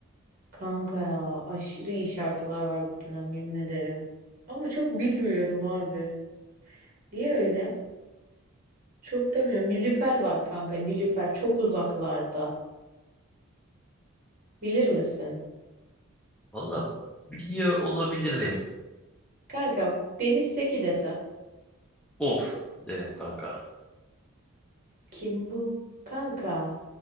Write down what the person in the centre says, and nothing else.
Valla biliyor olabilirim.
Of derim kanka.